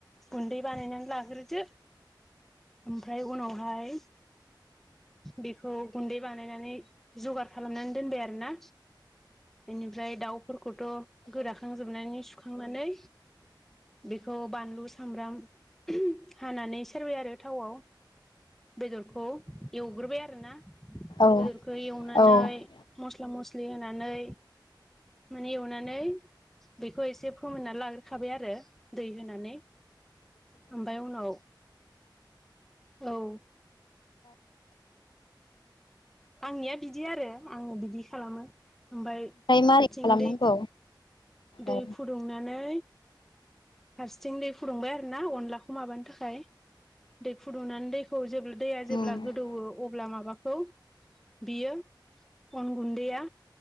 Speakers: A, in the centre; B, on the left.
A: गुन्दै बानायनानै लाग्रोदो। ओमफ्राय उनावहाय बेखौ गुन्दै बानायनानै जगार खालामनानै दोनबाय आरोना। बेनिफ्राय दाउ खौथ' गोराखांजोबनानै सुखांनानै बेखौ बानलु सामब्राम हानानै सोरबाय आरो थावआव। बेदरखौ एवग्रोबाय आरोना
B: औ
A: बेदरखौ एवनानै।
B: औ ओमफ्राय
A: मस्ला मस्लि होनानै। माने एवनानै बेखौ एसे फोमोनना लाग्रोखाबाय आरो दै होनानै। ओमफ्राय उनाव औ। आंनिया बिदि आरो आङो बिदि खालामो। ओमफ्राय
B: मारै
A: बिथिं
B: खालामनांगौ
A: दै दै
B: औ
A: फुदुंनानै। हारसेथिं दै फुदुंबाय आरो ना अनलाखौ माबानो थाखाय दै फुदुंनानै दै। खौ जे दैया जेब्ला
B: उम
A: गोदौवो अब्ला माबाखौ बियो। अन गुन्दैया